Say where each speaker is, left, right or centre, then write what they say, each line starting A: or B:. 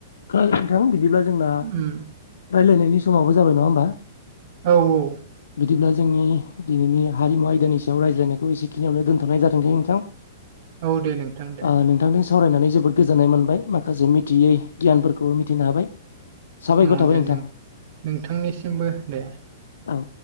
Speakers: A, on the left (about 65°); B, on the right (about 50°).
A: खोनादोंना नोंथां बिदिब्ला जोंना
B: उम
A: रायलायनायनि समावबो जाबाय नङा होमबा?
B: औ औ
A: बिदिब्ला जोंनि दिनैनि हारिमु आयदानि सायाव रायज्लायनायखौ एसेखिनियावनो दोनथ'नाय जाथोंसै नोंथां।
B: औ दे नोंथां दे।
A: ओ नोंथांजों सावरायनानै जोबोद गोजोन्नाय मोनबाय माखासे मिथियै गियानफोरखौबो मिथिनो हाबाय। साबायखर
B: अ
A: थाबाय
B: दे
A: नोंथां
B: नों नोंथांनिसिमबो दे।
A: औ